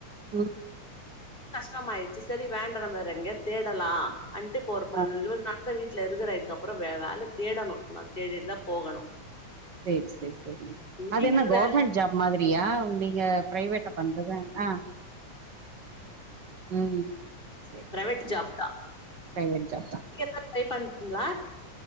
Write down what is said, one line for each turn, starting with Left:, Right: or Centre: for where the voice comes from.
Right: ம்
Left: டமாயிடுச்சு செரி வேண்டா நம்ம வேறெங்யாது தேடலா வண்ட்டு இப்போ ஒரு ப
Right: ஆ
Left: இருவது நா அத்த வீட்டுல இருக்கற இதுக்கு அப்பறம் வேற வேல தேடணும் நா தேடிட்டு தா போகணும்
Right: செரி செரி செரி அது
Left: நீங்க
Right: என்ன
Left: எது
Right: கவர்மெண்டட்
Left: வேல
Right: ஜாப் மாதிரியா நீங்க பிரைவேட்ட பண்றது ஆ ம் சேரி
Left: பிரவேட்
Right: சேரிங்க
Left: ஜாப் தா
Right: பிரைவேட் ஜாப் தா
Left: நீங்க எதுனா ட்ரை பண்றீங்களா